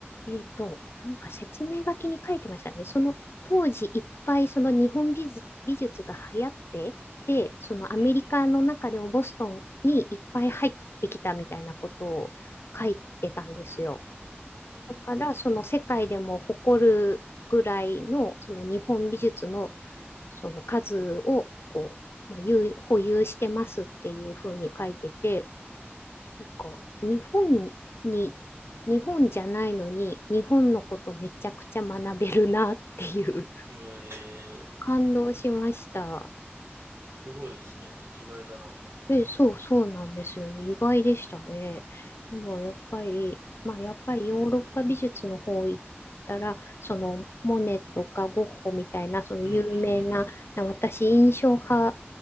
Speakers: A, on the left; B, on the right.
A: えっと、なんか説明書きに書いてましたね。その当時いっぱいその日本美術、美術が流行って、で、そのアメリカの中でもボストンにいっぱい入ってきたみたいなことを書いてたんですよ。
B: うんうん。
A: だからその世界でも誇るぐらいのその日本美術のその数をこう、まあ、有保有してますっていうふうに書いてて、か、日本に、日本じゃないのに、日本のことめちゃくちゃ学べるなっていう
B: うーん。え
A: 感動しました。
B: え、すごいですね。意外だな。へ
A: え、そう、そうなんですよね。意外でしたね。でも、やっぱり、まあ、
B: え。
A: やっぱりヨーロッパ美術の方行ったら、その、モネとかゴッホみたいな、その有名な、
B: うんうんうんうん。
A: な私、印象派